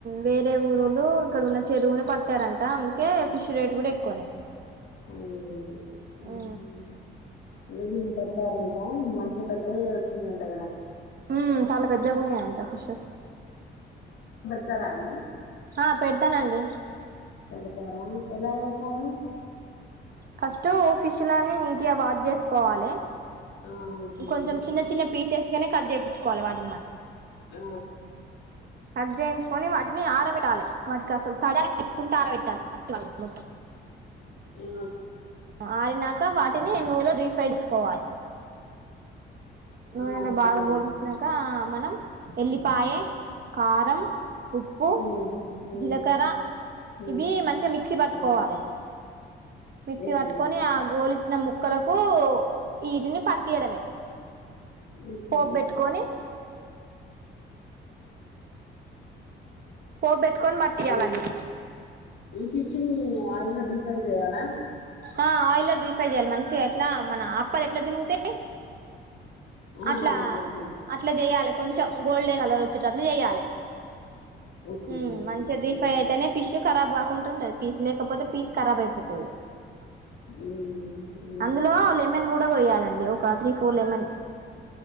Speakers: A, on the right; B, on the left.
A: వేరే ఊరోళ్లు ఇక్కడన్న చెరువుని పట్టారంట అందుకే ఫిష్ రేట్ కూడా ఎక్కువనే
B: అది ఉమ్,
A: ఉ
B: అదే నిన్న పట్టారంట మంచిగా పెద్దవే వస్తునాయంట కదా
A: ఉ చాలా పెద్దగున్నాయంట ఫిషెస్
B: ఇస్తారా అండి
A: ఆ పెడతానండి
B: పెడతారా ఎలా చేసారు
A: ఫస్ట్ ఫిష్ లని నీట్ గా వాష్ చేస్త స్కొవాలి
B: ఆ, ఓకే
A: కొంచెం
B: అండి
A: చిన్న చిన్న పీసెస్ కట్ చేపిచుకోవాలి వాటిని మ
B: ఆ
A: కట్ చేయించుకొని వాటిని ఆరబెట్టాలి వాటికి అసలు తడా తెచ్చుకుంటూ ఆరబెట్టాలి మొత్తం
B: ఆ,
A: ఆరు నా కక వాటిని నూనెలో డీప్ ఫ్రై జేసుకోవాలి నూనెలో
B: ఆ, ఓకే
A: బాగా గోలిచ్చినాక
B: అండి
A: మనం ఎళ్లిపాయే కారం ఉప్పు
B: ఉమ్, ఉమ్,
A: జీలకర్ర
B: ఉమ్.
A: ఇవి మంచిగా మిక్సీ బట్టుకోవాలె
B: అవునండి
A: మిక్సీ
B: ఓకే
A: పట్టుకొని
B: అండి
A: ఆ గోలిచ్చిన ము క్కలకు వీటిని పట్టియడమే
B: ఓకే
A: పోపు పెట్టుకొని పోబెట్టుకొని బట్టియ్యాలండి
B: ఈ ఈ ఫిష్ని ఆయిల్లో డిఫ్రై చేయాల
A: ఆ ఆయిల్లో డ్రీఫై చేయాలి మంచిగా ఎట్లా మన అప్పలు ఎట్లా తునుగుతాయి
B: ఆ
A: అట్లా
B: ఓకే
A: అట్లా జెయాలి కొంచెం గోల్డెన్ కలర్ వచ్చేటట్లు చెయాలి
B: ఓకే
A: హ
B: ఓకే
A: మంచి డీఫ్రై
B: ఆ
A: అయితేనే ఫిష్ ఖరాబ్ ఉంటుంటది పీస్ లేకపోతే పీస్ ఖరాబ్ అయిపోతుంది
B: మ్మ్ అవునండి
A: అందులో లెమెన్ గూడా పోయ్యాలె అండి ఒక త్రీ ఫోర్ లెమన్